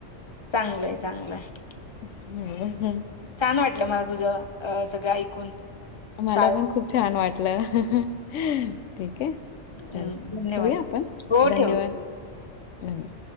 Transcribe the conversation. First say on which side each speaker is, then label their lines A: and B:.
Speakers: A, on the left; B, on the left.
A: चांगलं हाय चांगलं हाय!
B: हं.
A: छान वाटलं मला तुझं अ सगळं ऐकून. शाळेत
B: मला पण खूप छान वाटलं ठीक हाय.
A: हं,
B: चल
A: धन्यवाद.
B: ठेवूया आपण
A: हो
B: धन्यवाद!
A: ठेव
B: नाही.